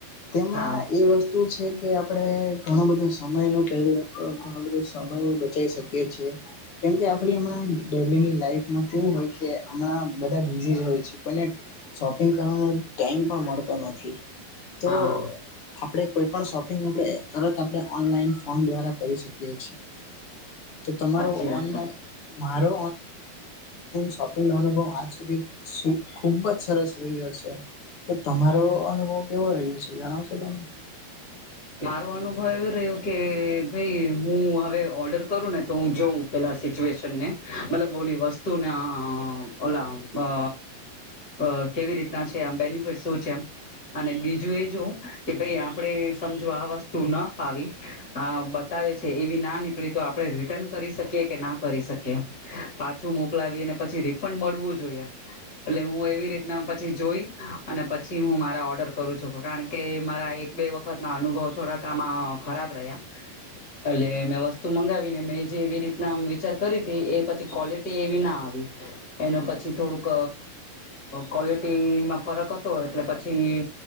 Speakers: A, on the left (about 45°); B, on the left (about 25°).
A: તેમાં
B: હા
A: એ વસ્તુ છે. એ આપણે ઘણો બધો સમય નો કે તો ઘણો બધો સમય બચાવ શકીએ છીએ. કેમ કે આપડી હમણાં ડેની લાઈમાંવું હોય કે હમણાં બધા બઝ હોય છે. શોપિંગ કરવાનો ટાઈમ પણ મળતો નથી તો
B: હા
A: આપણે કોઈ પણ શોપિંગ આપણે તરત આપણે ઓનલાઈન ફોન દ્વારા કરી શકીએ છીએ. તો તમારો
B: સાચી વાત
A: મારો શોપિંગ નો અનુભવજધી ખુબ જ સરસ રહ્યો છે. તો તમારો અનુભવ કેવો રહ્યો છે જણાવશો તમે?
B: મારો અનુભવ એવું રહ્યો કે ભાઈ હું હવે ઓર્ડર કરું ને તો હું જોઉં. પેલા સિચ્યુએશન ને, મતલબ બોલી વસ્તુને ઓલા અ અ કેવી રીતના છે, આમ બેનિફિટ શું છે. એમ અને બીજું એ જોવું, કે ભાઈ આપડે સમજો આ વસ્તુ ન ફાવી, આ બતાવે છે એ બી ના નીકળી તો આપડણે રિટર્ન કરી શકીએ કે ના કરી શકીએ, પાછું મોકલાવીને પછી રિફંડ મળવું જોઈએ. એટલે હું એવી રીતના પછી જોઈ અને પછી હું મારા ઓર્ડર કરું છું કારણ કે મારા એક બે વ વખત ના અનુભવ થોડાક આમાં ખરાબ રહ્યા. એટલે મેં વસ્તુ મંગાવીને મેં જે એવી રીતના વિચાર કરી હતી એ પછી ક્વોલિ તેવી ના આવી. એનો પછી થોડુંક ક્વલિટીમાં ફરક હતો એટલે પ પી